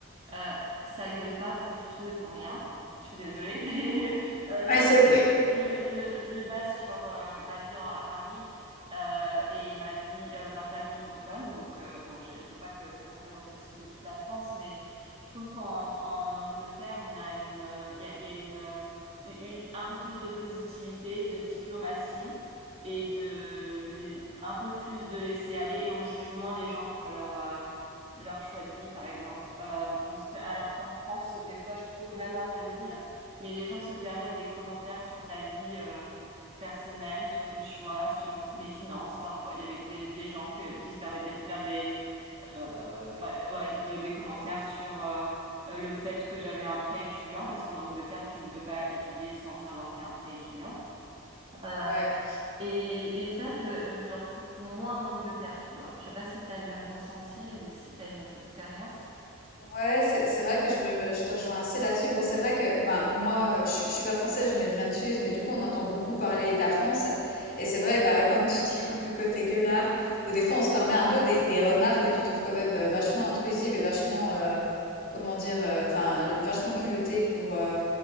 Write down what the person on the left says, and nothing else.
Ouais,
c'est
Ouais.
Ouais, c'est c'est vrai que je me, je te rejoins assez là-dessus. Bon, c'est vrai que ben moi, euh, je, suis- je suis pas française, mais je viens de Suisse,
mais du coup, on entend beaucoup parler de la France. Et c'est vrai, bah comme tu dis <laughs> un peu le côté gueulard, ou des
fois, on se permet un peu des, des remarques que tu trouves quand même euh, vachement intrusives et vachement, euh, comment dire, euh, enfin, euh, vachement culottées pour euh,